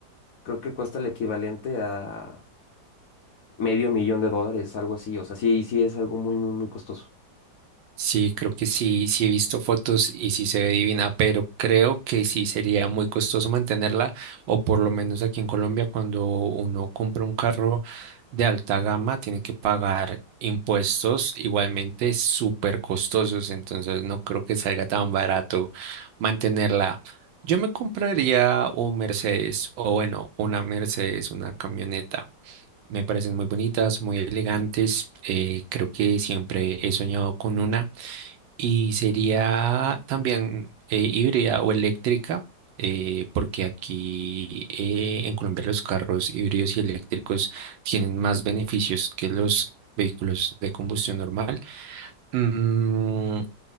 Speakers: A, on the left; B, on the right.
A: creo que cuesta el equivalente a medio millón de dólares, algo así, o sea, sí, sí es algo muy, muy, muy costoso.
B: Sí, creo que sí, sí he visto fotos y sí se ve divina, pero creo que sí sería muy costoso mantenerla, o por lo menos aquí en Colombia, cuando uno compra un carro de alta gama, tiene que pagar impuestos igualmente súper costosos, entonces no creo que salga tan barato mantenerla. Yo me compraría un Mercedes, o bueno, una Mercedes, una camioneta. Me parecen muy bonitas, muy elegantes. eh, creo que siempre he soñado con una. Y sería también eh, híbrida o eléctrica, eh, porque aquí eh, en Colombia los carros híbridos y eléctricos tienen más beneficios que los vehículos de combustión normal. Mm,